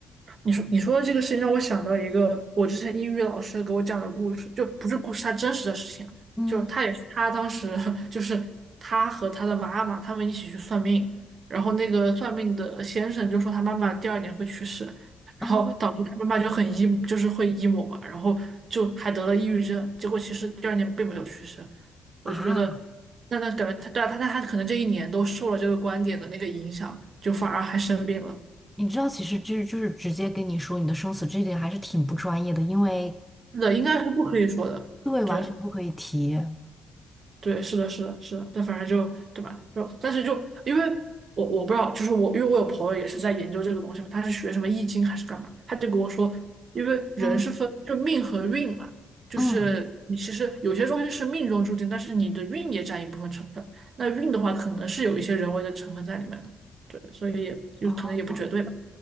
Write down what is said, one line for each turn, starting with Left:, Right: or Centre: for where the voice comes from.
Right: 你说你说的这个事情让我想到一个我之前英语老师给我讲的故事，就不是故事，他真实的事情，
Centre: 嗯
Right: 就他也是他当时 <laughs> 就是他和他的妈妈他们一起去算命，然后那个算命的先生就说他妈妈第二年会去世，然后导致他妈妈就很
Centre: 哦
Right: emo，就是会 emo 嘛，然后就还得了抑郁症，结果其实第二年并没有去世，我就觉得
Centre: 啊，
Right: 那他感觉他对啊他他他可能这一年都受了这个观点的那个影响，就反而还生病了。
Centre: 你知道，其实就是就是直接跟你说你的生死，这一点还是挺不专业的，因为。
Right: 那应该是不可以说的。
Centre: 对，
Right: 对，
Centre: 完全不可以提。
Right: 对，是的，是的，是的。但反正就，对吧？就，但是就，因为我我不知道，就是我，因为我有朋友也是在研究这个东西嘛，他是学什么易经还是干嘛，他就跟我说，因为人是分就命和运嘛，
Centre: 嗯，
Right: 就是你其实有些东西是命中注定，
Centre: 嗯，
Right: 但是你的运也占一部分成分。那运的话，可能是有一些人为的成分在里面的。对，所以也就可能也不绝对吧。
Centre: 哦